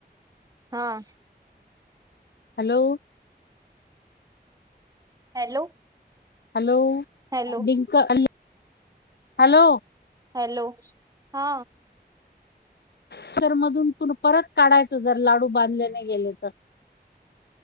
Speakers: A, on the right; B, on the left.
A: हा.
B: हॅलो.
A: हॅलो.
B: हॅलो
A: हॅलो
B: डिंक टाकली हॅलो.
A: हॅलो हा.
B: सर मधून तून परत काढायचं. जर लाडू बांधले नाय गेले तर.